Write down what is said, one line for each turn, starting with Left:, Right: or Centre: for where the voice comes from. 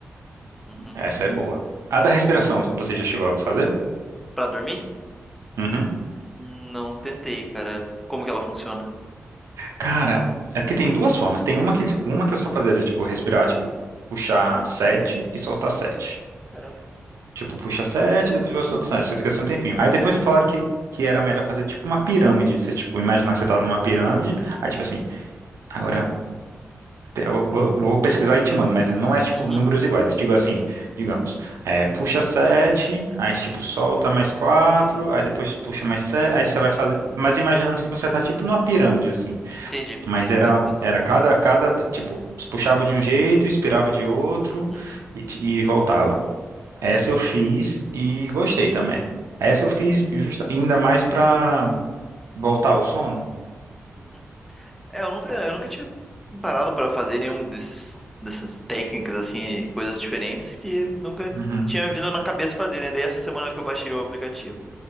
Centre: Uhum.
Right: essa é boa. A da respiração, você já chegou a fazer?
Centre: Pra dormir?
Right: Uhum.
Centre: Não tentei, cara. Como que ela funciona?
Right: Cara, é porque tem duas formas. Tem uma que, uma que eu só fazia, era, tipo, respirar, tipo, puxar sete e soltar sete.
Centre: Caramba.
Right: Tipo, puxa sete, depois solta sete. Você fica assim um tempinho. Aí depois me falaram que, que era melhor fazer, tipo, uma pirâmide. Você, tipo, imaginar que você tá numa pirâmide. Aí, tipo assim, agora. Eu vou, vou pesquisar e te mando, mas não é tipo
Centre: Uhum.
Right: números iguais. Eu digo assim, digamos, é, puxa 7 aí tipo solta mais 4 aí depois puxa mais 7 aí você vai fazer. Mas imaginando que você tá tipo numa pirâmide assim.
Centre: Entendi.
Right: Mas era,
Centre: Vai reduzindo.
Right: era cada, cada, tipo, puxava de um jeito, expirava de outro
Centre: Uhum.
Right: e, t- e voltava. Essa eu fiz e gostei também. Essa eu fiz justa, ainda mais pra voltar ao sono.
Centre: Uhum. É, eu nunca, eu nunca tinha parado pra fazer nenhum desses, dessas técnicas, assim, coisas diferentes que nunca
Right: Uhum.
Centre: tinha vindo na cabeça fazer, né? Daí essa semana que eu baixei o aplicativo.